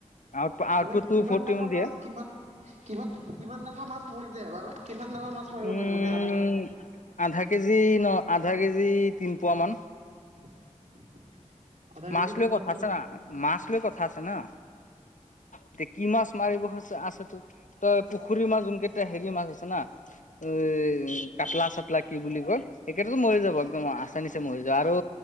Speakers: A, on the left; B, on the right.
A: আউট আউটপুট
B: মানে
A: টু
B: কিমান
A: ফৰ্টি
B: ডাঙৰ
A: মান দিয়ে
B: মাছ কিমান কিমান কিমান ডাঙৰ মাছ মৰি যায় বাৰু কিমান ডাঙৰ মাছ মাৰিব
A: উম
B: পাৰিম মানে আধা কেজি
A: আধা কেজি ন আধা কেজি তিনিপুৱামান
B: <unintelligible>
A: মাছ
B: তিনিশ
A: লৈ কথা
B: মানৰ
A: আছে না মাছ লৈ কথা আছে না। এতিয়া কি মাছ মাৰিব হৈছে আছে তো তই পুখুৰী মাছ যোনকেইটা হেৰি মাছ আছে না এই কাটলা চাটলা কি বুলি কয় সেইকেইতাতো মৰি যাব একদম আচা নিচে মৰি যাব, আৰু